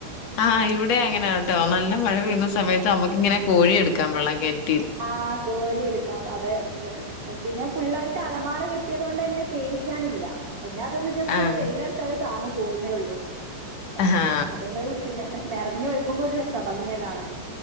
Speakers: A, on the left; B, on the right.
A: ആ ഇവിടെ അങ്ങനെട്ടോ നല്ല മഴ ത്തുന്ന സമയത്ത് നമ്മുക്ക് ഇങ്ങനെ കോരി എടു ക്കാം വെള്ളം കി
B: ആ കോരി എടുക്കാം അതെ പിന്നെ ഫുള്ളായിട്ട് അലമാറ കെട്ടിയ തൊ ണ്ടന്നെ പേടിക്കാനില്ല പിന്നെ അതൊന്ന് ജസ്റ്റ്
A: ആഹ്
B: ഒന്ന് വെയില അറച്ച അത് താണും പോവുന്നെള്ളു ഏ
A: ആഹാ
B: അതുകൊണ്ട് പിന്നെ <unintelligible> നറഞ്ഞൊഴിക്കുമ്പോ ഒരു രസ പ്പ <unintelligible> കാണാന്